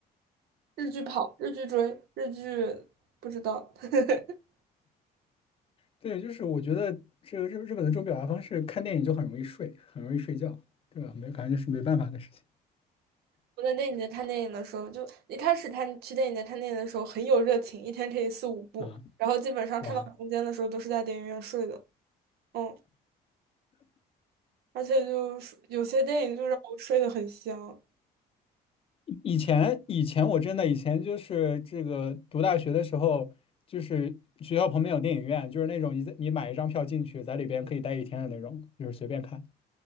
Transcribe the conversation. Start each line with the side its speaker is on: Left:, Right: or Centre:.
Right: 日剧跑，日剧追，日剧不知道。<laughs>
Left: 对，就是我觉得这个日日本的这种表达方式，看电影就很容易睡，很容易睡觉，对吧？没感觉是没办法的事情
Right: 我在电影节看电影的时候，就一开始看去电影节看电影的时候很有热情，一天可以四五部，
Left: 啊，
Right: 然后基本上看到中间的时候都是在电影院睡的，
Left: 哇。
Right: 嗯，而且就是有些电影就让我睡得很香。
Left: 以前以前我真的以前就是这个读大学的时候，就是学校旁边有电影院，就是那种你在你买一张票进去，在里边可以待一天的那种，就是随便看。